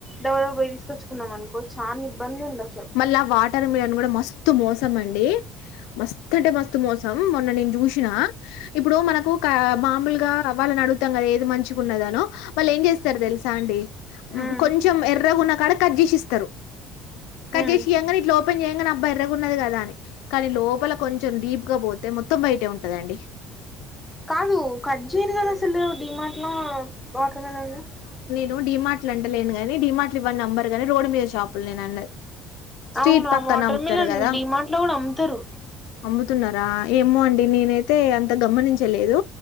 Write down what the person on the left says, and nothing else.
మళ్ళా వాటర్ మిలన్ కూడా మస్త్ తూ మోసం అండి. మస్తు అంటే, మస్తు మోసం మొన్న నేను చూసినా. ఇప్పుడు మనకు కా మాముల్గా వాళ్ళని అడుగుతాం కదా. ఏది మంచ్ గున్నదనో. వాళ్లేం చేస్తారు తెలుసా అండి. మ్మ్
కొంచెం ఎర్రగున కాడ కట్ చేసిస్తారు. కట్
చేసియంగానే ఇట్లా ఓప్ పెన్ చేయంగనే అబ్బా ఎర్రగున్నది గదా అని. కానీ లోపల కొంచెం డీప్ గా బోతే మొత్తం. వైటే ఉంటదండి.
ను డీ మార్ట్లా అంటలేనుగాని. డీ మార్ట్ల ఇవన్ని అంబరు గానీ, రోడ్ మీద షాపులు నేనన్నది స్ట్రీట్
పక్కన
అమ్తారు
కదా.
అమ్ముతున్నారా! ఏమో అండి నేనైతే అంత గమనించలేదు.